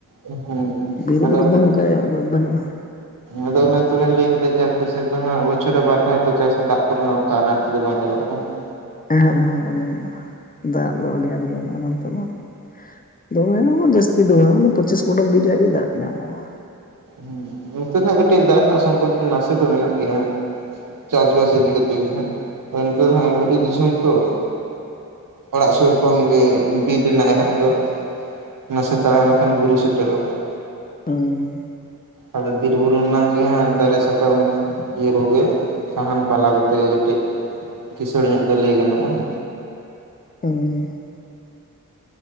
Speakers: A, on the right (about 75°); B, on the left (about 30°).
A: ᱦᱮᱸ
B: ᱵᱤᱨᱼᱵᱩᱨᱩ
A: ᱟᱫᱚ ᱚᱱᱟ
B: ᱫᱚ ᱚᱱᱠᱟ ᱫᱚ ᱵᱟᱹᱱᱩᱜᱼᱟ ᱾
A: ᱟᱫᱚ ᱚᱱᱟ ᱛᱚᱵᱮᱱ ᱞᱟᱹᱭ ᱠᱮᱫᱟ ᱡᱮ ᱟᱯᱮ ᱥᱮᱫ ᱫᱚ ᱦᱟᱜ ᱵᱚᱪᱷᱚᱨ ᱨᱮ ᱵᱟᱨ ᱫᱷᱟᱣ ᱠᱚ ᱪᱟᱥᱟ ᱫᱟᱜ ᱠᱚᱨᱮᱱᱟᱜ ᱚᱱᱠᱟ ᱟᱱᱟᱴ ᱠᱚ ᱫᱚ ᱵᱟᱝ ᱧᱮᱞᱚᱜᱼᱟ ᱵᱟᱝ ᱾
B: ᱦᱮᱸ ᱵᱟᱹᱱᱩᱜᱼᱟ ᱫᱟᱜ ᱫᱚ ᱟᱹᱰᱤ ᱟᱸᱴ ᱜᱮ ᱢᱮᱱᱟᱜᱼᱟ ᱱᱚᱱᱛᱮ ᱫᱚ ᱾ ᱫᱚᱢᱮ ᱦᱚᱸ ᱵᱟᱝ ᱡᱟᱹᱥᱛᱤ ᱫᱚ ᱯᱚᱸᱪᱤᱥ ᱯᱷᱚᱴᱚᱢ ᱵᱤᱜ ᱨᱮᱭᱟᱜ ᱜᱮ ᱫᱟᱜ ᱧᱟᱢᱚᱜᱼᱟ ᱾
A: ᱦᱮᱸ ᱱᱚᱛᱮ ᱫᱚᱜ ᱠᱟᱹᱴᱤᱡ ᱫᱟᱜ ᱨᱮᱱᱟᱜ ᱥᱚᱝᱠᱚᱴ ᱫᱚ ᱱᱟᱥᱮ ᱫᱚ ᱢᱮᱱᱟᱜ ᱜᱮᱭᱟ ᱦᱟᱜ ᱾ ᱪᱟᱥ ᱵᱟᱥ ᱤᱫᱤ ᱠᱟᱛᱮᱜ ᱜᱮᱦᱟ ᱱᱚᱛᱮ ᱫᱚ ᱵᱩᱨᱩ ᱫᱤᱥᱚᱢᱚᱱ ᱛᱚ ᱾ ᱚᱲᱟᱜ ᱥᱩᱨ ᱠᱷᱚᱱᱜᱮ ᱵᱤᱨ ᱨᱮᱱᱟᱜ ᱮᱦᱚᱵ ᱫᱚ ᱱᱟᱥᱮ ᱛᱟᱲᱟᱢ ᱞᱮᱠᱷᱟᱱ ᱵᱩᱨᱩ ᱥᱮᱴᱮᱨᱚᱜᱼᱟ ᱾
B: ᱦᱮᱸ
A: ᱟᱫᱚ ᱵᱤᱨ ᱵᱩᱨᱩ ᱨᱮᱱᱟᱜ ᱜᱮ ᱦᱟᱸᱜ ᱫᱟᱨᱮ ᱥᱟᱠᱟᱢ ᱤᱭᱟᱹ ᱠᱚᱜᱮ ᱾ ᱥᱟᱦᱟᱱ ᱯᱟᱞᱟ ᱠᱚᱛᱮ ᱠᱟᱹᱴᱤᱡ ᱠᱤᱥᱟᱹᱲ ᱧᱚᱜ ᱜᱮ ᱞᱟᱹᱭ ᱜᱟᱱᱚᱜᱼᱟ ᱾
B: ᱦᱩᱸ ᱾